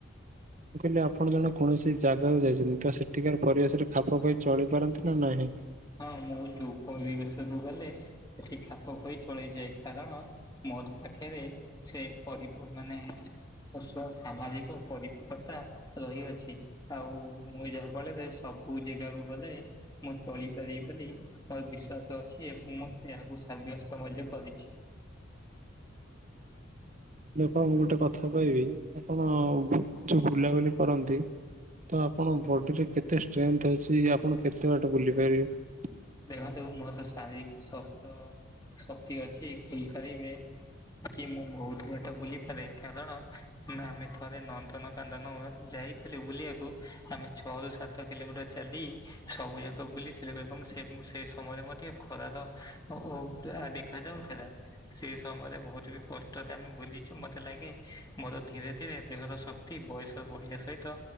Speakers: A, on the right (about 40°); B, on the left (about 20°).
A: ମୁଁ କହିଲି ଆପଣ ଜଣେ କୌଣସି ଜାଗାକୁ ଯାଇଛନ୍ତି ତ ସେଠିକାର ପରିବେଶରେ ଖାପ ଖାଇ ଚଳି ପାରନ୍ତି ନା ନାହିଁ।
B: ହଁ ମୁଁ ଯୋଉ ପରିବେଶକୁ ଗଲେ ହେଠି ଖାପ ଖୋଇ ଚଳେଇଯାଏ। କାରଣ ମୋର ପାଖରେ ସେ ପରିବ ମାନେ ସାମାଜିକ ପରିପକ୍ଵତା ରହିଅଛି। ଆଉ ମୁଁ ଯାହା ଫଳରେ ସବୁ ଯାଗାକୁ ଗଲେ ମୁଁ ଚଳିପାରିବି ବୋଲି ମୋର ବିଶ୍ୱାସ ଅଛି ଏବଂ ମୁଁ ଏହାକୁ ସାବ୍ୟସ୍ତ ମଧ୍ୟ କରିଛି।
A: ଦେଖ ମୁଁ ଗୋଟେ କଥା କହିବି ଆପଣ ଯୋଉ ବୁଲାବୁଲି କରନ୍ତି ତ ଆପଣଙ୍କ ବଡିରେ କେତେ ଷ୍ଟ୍ରେନ୍ଥ ଅଛି ଆପଣ କେତେ ବାଟେ ବୁଲି ପାରିବେ?
B: ଦେଖନ୍ତୁ ମୋର ଶାରୀରିକ ଶକ୍ତ ଶକ୍ତି ଅଛି କହିପାରିବେ। କି ମୁଁ ବହୁତ ବାଟ ବୁଲିପାରେ କାରଣ ନା ଆମେ ଥରେ ନନ୍ଦନ କାନନ ଯାଇଥିଲୁ ବୁଲିବାକୁ ଆମେ ଛଅରୁୁ ସାତ କିଲୋମିଟର ଚାଲି ସବୁ ଯାକ ବୁଲିଥିଲୁ ଏବଂ ସେ ସମୟରେ ମଧ୍ୟ ହେ ଖରାର ଓ ଟା ଦେଖା ଯାଉଥିଲା। ସେ ସମୟରେ ବହୁତ ବି କଷ୍ଟରେ ଆମେ ବୁଲିଛୁ ମତେ ଲାଗେ ମୋର ଧୀରେ ଧୀରେ ଦେହର ଶ କ୍ତି ବୟସ ବଢ଼ିବା ସହିତ